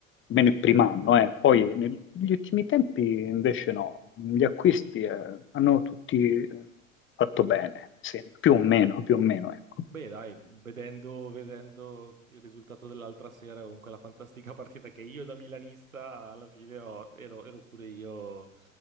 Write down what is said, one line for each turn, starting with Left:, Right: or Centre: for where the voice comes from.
Left: almeno il primo anno, eh. Poi neg- negli ultimi tempi invece no, gli acquisti eh, hanno tutti eh, fatto bene, sì, più o meno, più o meno, ecco.
Right: beh, dai, vedendo, vedendo il risultato dell'altra sera con quella fantastica <laughs> partita che io da milanista alla fine ho- ero, ero pure io